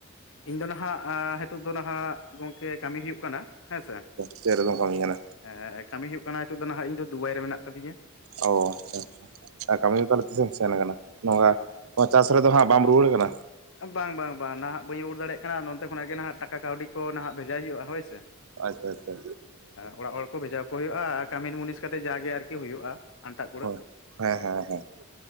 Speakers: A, on the left; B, on the right.
A: ᱤᱧ ᱫᱚ ᱱᱟᱦᱟᱸᱜ, ᱱᱤᱛᱚᱜ ᱫᱚ ᱱᱟᱦᱟᱸᱜ᱾ ᱜᱚᱝᱠᱮ ᱠᱟᱹᱢᱤ ᱦᱩᱭᱩ-ᱜ ᱠᱟᱱᱟ᱾ ᱦᱮᱸ ᱥᱮ
B: ᱥᱮᱨᱚᱠᱚᱢ ᱵᱟᱝ ᱦᱩᱭ ᱠᱟᱱᱟ᱾
A: ᱦᱮᱸ ᱠᱟᱹᱢᱤ ᱦᱩᱭᱩᱜ ᱠᱟᱱᱟ᱾ ᱱᱤᱛᱳ ᱫᱚ ᱱᱟᱦᱟᱸᱜ ᱤᱧ ᱫᱚ ᱾ᱫᱩᱵᱟᱭ ᱨᱮ ᱢᱮᱱᱟᱜ ᱟᱠᱟᱫᱤᱧᱟᱹ᱾
B: ᱚᱸ ᱟᱪᱪᱷᱟ, ᱟᱪᱪᱷᱟ ᱠᱟᱹᱢᱤ ᱫᱚ ᱛᱟᱦᱚᱞᱮ ᱛᱤᱥᱮᱢ ᱥᱮᱱ ᱟᱠᱟᱱᱟ᱾ ᱱᱚᱝᱠᱟ ᱪᱟᱥ ᱛᱟᱦᱚᱞᱮ ᱫᱚ ᱦᱟᱸᱜ ᱵᱟᱢ ᱨᱩᱣᱟᱹᱲ ᱠᱟᱱᱟ᱾
A: ᱵᱟᱝ, ᱵᱟᱝ, ᱵᱟᱝ ᱱᱟᱦᱟᱜ ᱵᱟᱹᱧ ᱨᱩᱣᱟᱹᱲ ᱫᱟᱲᱮᱭᱟᱜ ᱠᱟᱱᱟ ᱾ ᱱᱚᱛᱛᱮ ᱠᱷᱚᱱᱟᱜ ᱜᱮ ᱱᱟᱦᱟᱸᱜ ᱴᱟᱠᱟ, ᱠᱟᱹᱣᱰᱤ, ᱠᱚ ᱱᱟᱦᱟᱜ ᱵᱷᱮᱡᱟᱭ ᱦᱩᱭᱩᱜᱼᱟ ᱾ᱦᱳᱭ ᱥᱮ
B: ᱟᱪᱪᱷᱟ ᱟᱪᱪᱷᱟ
A: ᱚᱲᱟᱜ ᱦᱚᱲ ᱠᱚ ᱵᱷᱮᱡᱟ ᱠᱚ ᱦᱩᱭᱩᱜᱼᱟ᱾ ᱟᱨ ᱠᱟᱹᱢᱤᱱ ᱢᱩᱱᱤᱥ ᱠᱟᱛᱮ ᱡᱟᱜᱮ ᱟᱨᱠᱤ ᱦᱩᱭᱩᱜᱼᱟ᱾ ᱟᱱᱴᱟᱜ ᱠᱩᱲᱟᱹᱜ
B: ᱦᱳᱭ ᱦᱮᱸ, ᱦᱮᱸ, ᱦᱮᱸ